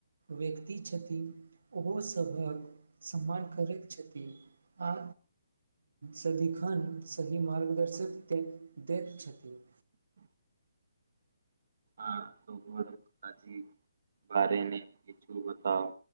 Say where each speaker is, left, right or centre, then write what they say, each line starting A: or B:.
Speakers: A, on the right (about 75°); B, on the right (about 60°).
A: व्यक्ति छथिन ओहोस सभक सम्मान करैत छथि आ सदिखन सही मार्गदर्शक दैत छथिन
B: <inaudible> हँ त बारेमे किछू बताउ